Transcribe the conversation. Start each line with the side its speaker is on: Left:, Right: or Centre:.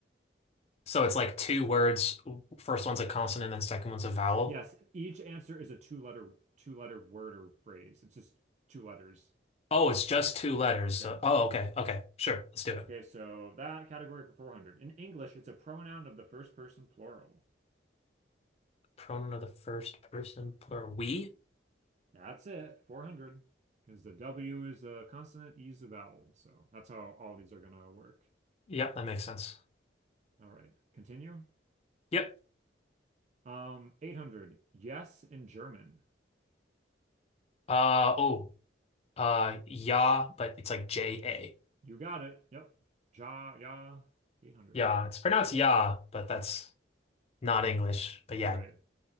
Left: So it's like two words. First one's a consonant, then second one's a vowel.
Right: Yes, each answer is a two-letter two-letter word or phrase. It's just two letters.
Left: Oh, it's just two letters.
Right: Yeah.
Left: So, oh, okay, okay, sure. Let's do it.
Right: Okay, so that category for 400. In English, it's a pronoun of the first person plural.
Left: Pronoun of the first person plural. We?
Right: That's it. 400. Because the W is a consonant, E is a vowel. So that's how all these are going to work.
Left: Yep, that makes sense.
Right: All right. Continue.
Left: Yep.
Right: Um, 800. Yes in German.
Left: Uh oh. Uh yeah, but it's like J A.
Right: You got it. Yep. Ja, ja. 800.
Left: Yeah, it's pronounced yeah, but that's not English. But yeah,
Right: Right.